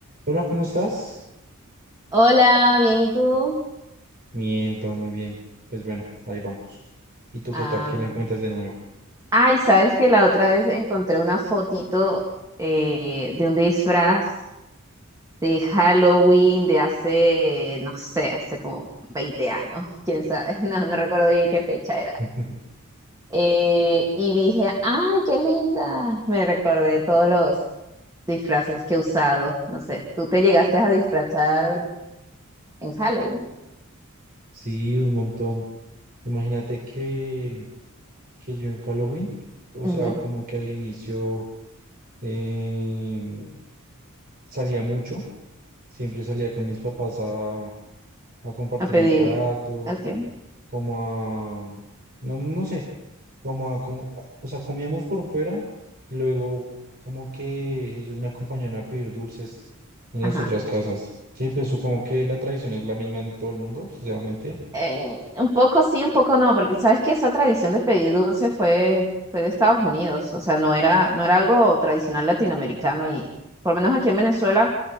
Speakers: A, on the right; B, on the right.
A: Hola, ¿cómo estás?
B: Hola, bien, ¿y tú?
A: Bien, todo muy bien. Pues bueno, ahí vamos. ¿Y tú
B: Ah,
A: qué tal? ¿Qué me cuentas de nuevo?
B: ay, sabes que la otra vez encontré una fotito eh, de un disfraz de Halloween de hace, no sé, hace como 20 años, quién sabe, <laughs> no, no recuerdo bien qué fecha era.
A: <laughs>
B: Eh, y dije, ay, qué linda. Me recordé todos los disfraces que he usado, no sé, tú te llegaste a disfrazar en Halloween.
A: Sí, un montón. Imagínate que, que yo en Halloween, o
B: Ujú,
A: sea, como que al inicio em, salía mucho, siempre salía con mis papás a, a compartir
B: A pedir,
A: un rato,
B: ok,
A: como a, no, no sé, como a, como- o sea, comíamos por fuera, y luego como que ellos me acompañaban a pedir dulces en las
B: ajá.
A: otras casas. Sí, pues supongo que la tradición es la misma en todo el mundo, sinceramente.
B: Eh, un poco sí, un poco no, porque sabes que esa tradición de pedir dulce fue, fue de Estados Unidos, o sea, no era, no era algo tradicional latinoamericano y por lo menos aquí en Venezuela